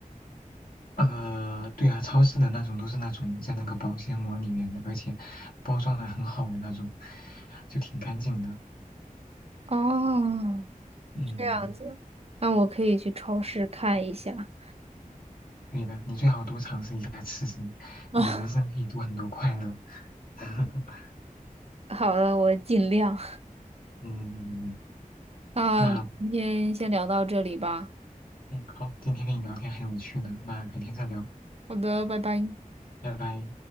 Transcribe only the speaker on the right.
哦，
这样子，那我可以去超市看一下。
啊，
<laughs> 好的，我尽量。
那我们今天先聊到这里吧。
好的，拜拜。